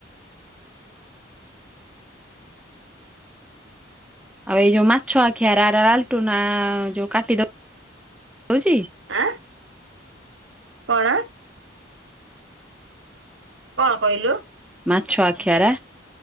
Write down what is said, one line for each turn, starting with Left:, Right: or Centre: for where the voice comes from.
Centre: ଆଉ ଏଇ ଯୋଉ ମାଛ ଆଖିଆର ଲାଲଟୁ ନା ଯୋଉ କାଟିଦଉ ଦଉଚି।
Right: ଆଁ। କଣ? କଣ କଇଲୁ?
Centre: ମାଛ ଆଖିଆରା